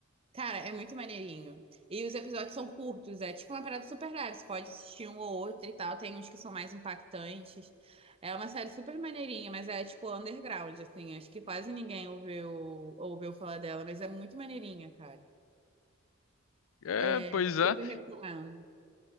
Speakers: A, on the right; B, on the left.
A: Cara, é muito maneirinho. E os episódios são curtos, é tipo uma parada super leve. Você pode assistir um ou outro e tal. Tem uns que são mais impactantes. É uma série super maneirinha, mas é tipo underground, assim. Acho que quase ninguém ouviu, ouviu falar dela, mas é muito maneirinha, cara.
B: É,
A: É,
B: pois é.
A: super recomendo.